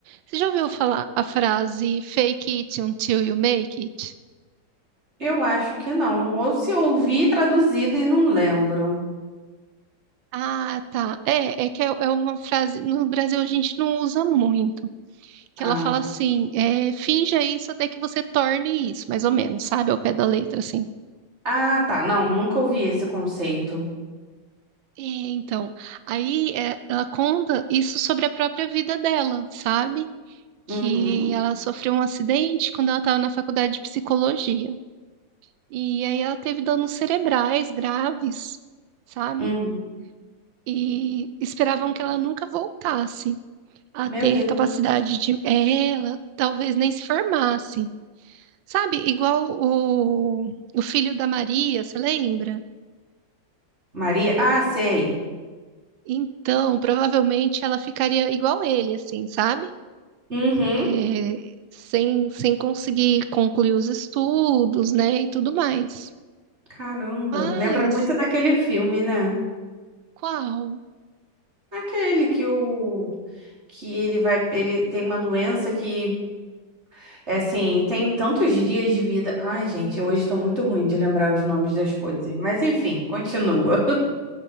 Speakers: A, on the right; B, on the right.
A: Você já ouviu falar a frase fake it until you make it?
B: Eu acho que não. Ou se ouvi traduzido e não lembro.
A: Ah, tá. É, é que é, é uma frase. No Brasil a gente não usa muito. Que
B: Ah,
A: ela fala assim: é, finja isso até que você torne isso, mais ou menos, sabe? Ao pé da letra, assim.
B: ah, tá. Não, nunca ouvi esse conceito.
A: É, então, aí é, ela conta isso sobre a própria vida dela, sabe? Que
B: Uhum.
A: ela sofreu um acidente quando ela estava na faculdade de psicologia. E aí ela teve danos cerebrais graves, sabe?
B: Uhum.
A: E esperavam que ela nunca voltasse a
B: Meu
A: ter
B: Deus.
A: capacidade de. é, Ela talvez nem se formasse, sabe? Igual o, o filho da Maria, você lembra?
B: Maria. Ah, sei.
A: Então, provavelmente ela ficaria igual ele, assim, sabe?
B: Uhum.
A: É, sem, sem conseguir concluir os estudos, né? E tudo mais.
B: Caramba.
A: Mas
B: Lembra muito daquele filme, né?
A: qual?
B: Aquele que o que ele vai, ele tem uma doença que, é assim, tem tantos dias de vida. Ai, gente, eu hoje estou muito ruim de lembrar os nomes das coisas. Mas enfim, continua. <laughs>